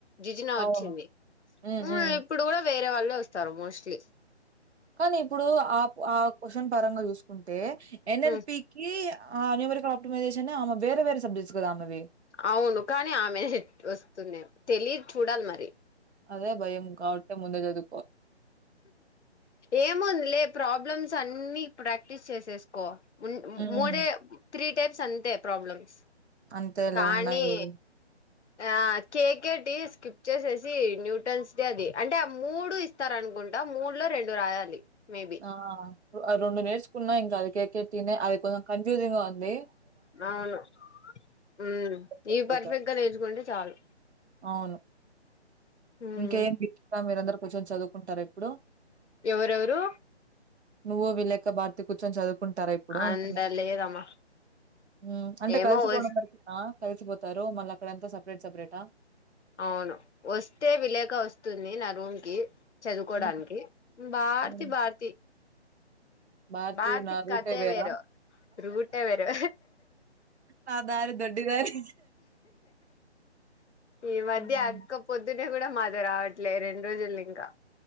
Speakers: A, on the left; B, on the right.
A: జిజనా
B: అవును.
A: వచ్చింది
B: హ్మ్.
A: ఉ
B: హ్మ్.
A: ఇప్పుడు కూడా వేరే వాళ్ళు <inaudible> వస్తారు మోస్ట్లీ
B: కానీ ఇప్పుడు ఆప్ ఆ క్యూస్షన్ పరంగా చూసుకుంటే ఎన్ఎల్పీకి
A: ఉమ్,
B: ఆ న్యూమరికల్ ఆప్టమైజేషన్ ఆమె వేరే వేరే సబ్జెక్ట్స్ కదా ఆమెవి
A: అవును కానీ ఆమె వస్తుంది తెలిదు చూడాలి మరి
B: అదే భయం కాబట్టే ముందే చదు
A: ఏముంది లే ప్రాబ్లమ్స్ అన్ని ప్రాక్టీస్ చేసేసుకో మున్
B: హ్మ్.
A: మూడే త్రీ టేప్స్ అంతే ప్రాబ్లమ్స్
B: అంతేలే
A: కానీ
B: ఉన్నాయి <inaudible> డు
A: ఆ కేకేటి స్కిప్ చేసేసి న్యూటన్స్ డే అది అంటే ఆ మూడు స్తారనుకుంటా మూడు లో రెండు రాయాలి మేబి
B: ఆ అ రెండు నేర్చుకున్నా ఇంకా అదుకే కేటినే అది కొంచెం కన్ఫ్యూషన్ గా ఉం దే
A: అవును ఉమ్
B: సెట్ అయిపోతారు.
A: ఇవి పర్ఫెక్ట్ గా నేర్చుకుంటే చాలు
B: అవును
A: ఉమ్
B: ఇంకేమి ఆ మీరందరు కొంచెం చదువుకుంటారా ఇప్పుడు
A: ఎవరెవరు
B: నువ్వు విలేక భారతి కూర్చొం చదువు కుంటారా ఇప్పుడు
A: అంత
B: అంటునా
A: లేదమ్మా
B: ఉమ్ అంటే
A: ఏమో
B: కలిసిపోడం
A: వస్
B: వరకేనా కలిసిపోత్ తారు మళ్ళ అక్కడంతా సపరేట్ సపరేటా
A: అవును వస్తే విలేక వస్తుంది నా రూమ్ కి చదువుకోవడానికి
B: హ్మ్.
A: భారతి
B: హ్మ్.
A: భారతి
B: భారతి
A: భార్తీ
B: నా రూటే
A: కథె
B: వేరా?
A: వేరు రూటే వేరు
B: నా దారి దొడ్డి దారి.
A: ఈ మధ్య
B: హ్మ్.
A: అక్క పొద్దు నే కూడా మాతో రావట్లే రెండు రోజులు ఇంకా